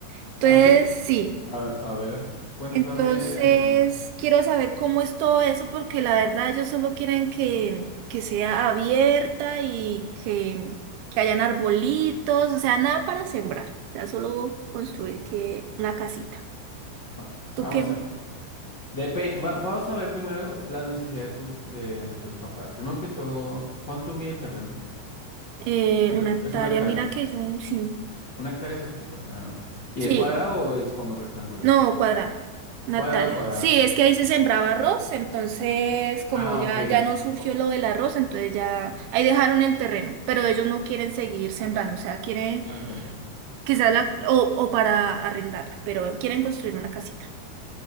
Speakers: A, on the right; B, on the left.
A: Entonces,
B: Ah, sí.
A: sí.
B: A, a ver, cuéntame.
A: Entonces, quiero saber cómo es todo eso, porque la verdad ellos solo quieren que, que sea abierta y que, que hayan arbolitos, o sea, nada para sembrar, o sea, solo construir que una casita.
B: Ok,
A: ¿Tú
B: vamos
A: qué?
B: a ver. Depe- va- vamos a ver primero la necesidad de, tu, de, de tus papás. Primero que todo, ¿cuánto mide el terreno?
A: Eh, una
B: Eh,
A: hectárea,
B: Es una hectárea.
A: mira que yo un- sí.
B: Una hectárea exacta, o sea. ¿Y
A: Sí,
B: es cuadrado o es como rectangular?
A: no, cuadrada, una
B: Es cuadrado,
A: hectárea.
B: cuadrado.
A: Sí, es que
B: Ok.
A: ahí se sembraba arroz, entonces como
B: Ah,
A: ya,
B: ok.
A: ya no surgió
B: Oh,
A: lo del arroz, entonces ya ahí dejaron el terreno, pero ellos no quieren seguir sembrando, o sea, quieren
B: ah, Entiendo.
A: Quizá la, o, o para arrendarla, pero quieren construir una casita.